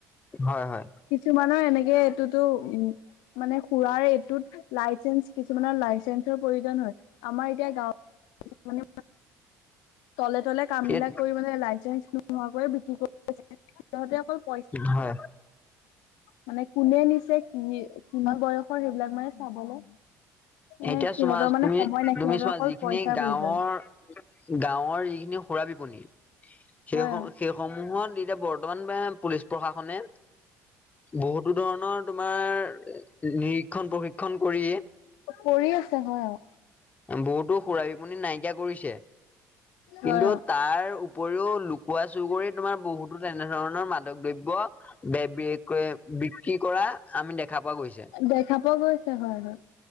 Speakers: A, on the left; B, on the left.
A: হয়, হয়।
B: কিছুমানৰ এনেকে এইটোতো উম, মানে খুৰায়েই টোত লাইচেঞ্চ, কিছুমানৰ লাইচেঞ্চৰ প্ৰয়োজন হয়। আমাৰ এতিয়া গাঁৱত মানে তলে, তলে কাম বিলাক
A: এই
B: কৰি মানে লাইচেন্স নোহোৱাকৈয়ে বিক্ৰী কৰি দিছে। তহঁতে অকল পইচ
A: হয়।
B: মানে কোনে নিছে, কি কিমান বয়সৰ সেইবিলাক মানে চাবলে
A: এতিয়া
B: এ সিহঁতৰ
A: চোৱা
B: মানে
A: তুমি,
B: সময় নাই
A: তুমি
B: সিহঁতৰ
A: চোৱা
B: অকল
A: যিখিনি
B: পইচাৰ
A: গাঁৱৰ
B: প্ৰয়োজন
A: গাঁৱৰ যিখিনি বিপনী। সেই
B: হয় অ
A: সেইসমূহত এতিয়া বৰ বৰ্তমান বা পুলিচ প্ৰশাসনে, বহুতো ধৰণৰ তোমাৰ নিৰিক্ষণ প্ৰশিক্ষণ কৰিয়ে
B: কৰি আছে হয় আৰু।
A: বহুতো খুৰা বিপনী নাইকিয়া কৰিছে, কিন্তু
B: হয় অ
A: তাৰ উপৰিও লুকোৱা চুৰ কৰি তোমাৰ বহুতো তেনেধৰণৰ মাদক দ্ৰব্য বে-বে-কে-বিক্ৰী কৰা আমি দেখা পোৱা গৈছে।
B: দেখা পোৱা গৈছে হয়, হয়।